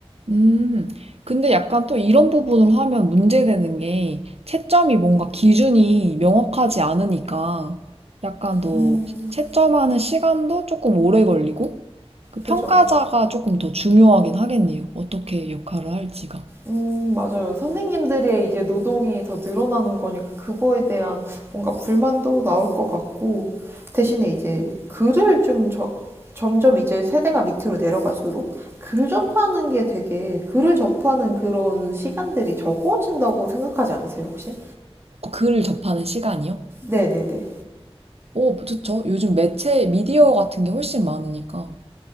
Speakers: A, on the right; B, on the right.
A: 음, 근데 약간 또 이런 부분을 하면 문제되는 게 채점이 뭔가 기준이 명확하지 않으니까 약간 더
B: 음,
A: 채점하는 시간도 조금 오래 걸리고 그 평가자가
B: 그죠.
A: 조금 더 중요하긴 하겠네요. 어떻게 역할을 할지가.
B: 음, 맞아요. 선생님들의 이제 노동이 더 늘어나는 거니까 그거에 대한 뭔가 불만도 나올 것 같고 대신에 이제 글을 좀 저- 점점 이제 세대가 밑으로 내려갈수록 글 접하는 게 되게 글을 접하는 그런 시간들이 적어진다고 생각하지 않으세요, 혹시?
A: 글을 접하는 시간이요?
B: 네네네.
A: 오, 좋죠. 요즘 매체, 미디어 같은 게 훨씬 많으니까